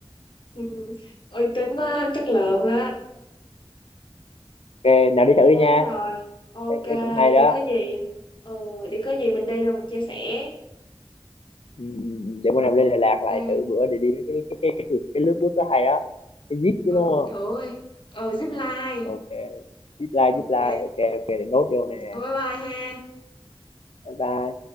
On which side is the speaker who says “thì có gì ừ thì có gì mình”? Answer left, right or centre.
Left